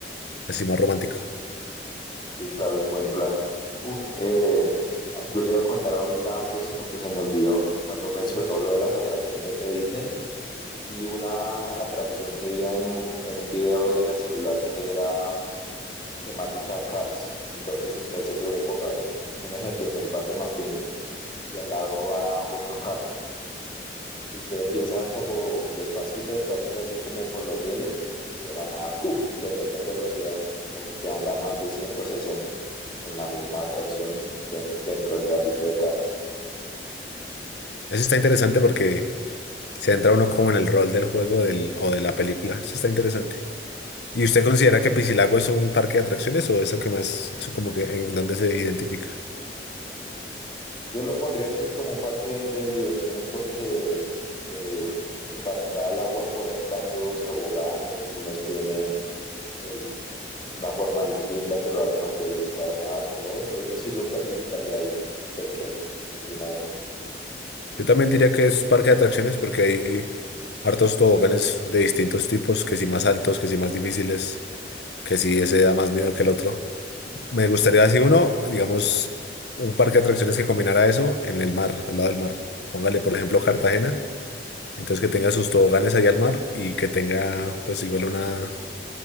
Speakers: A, on the left; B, on the left.
A: así más romántico.
B: Sí, claro, es buen plan. Uf, eh, ah, yo le iba a contar ahorita algo, sino que se me olvidó cuando mencionó lo de las atracciones de Disney. Vi una atracción que vi en un, en un video en el celular que era temática Cars. Entonces usted se sube, ponga en- un ejemplo, en el Rayo McQueen y al lado va otro carro. Y usted empieza como despacito, despacito, así como por los rieles y de la nada, ¡fuf! le meten velocidad, como que usted anda más de 160 en la misma atracción de- dentro del carrito de Cars.
A: Eso está interesante porque se entra uno como en el rol del juego del, o de la película. Eso está interesante. ¿Y usted considera que Piscilago es un parque de atracciones o eso que más, eso como que en dónde se identifica?
B: Yo lo pondría así como un parque de diversiones porque eh, pues para entrar al agua ponen varios toboganes, unos tienen pues una forma distinta que lo hacen a usted brincar más o todo. Entonces yo sí lo clasificaría ahí. ¿Usted qué? ¿Qué opina de eso?
A: Yo también diría que es parque de atracciones porque hay hartos toboganes de distintos tipos, que si más altos, que si más difíciles, que si ese da más miedo que el otro. Me gustaría así uno, digamos, un parque de atracciones que combinara eso en el mar, al lado del mar. Póngale, por ejemplo, Cartagena Entonces que tenga sus toboganes ahí al mar y que tenga pues igual una,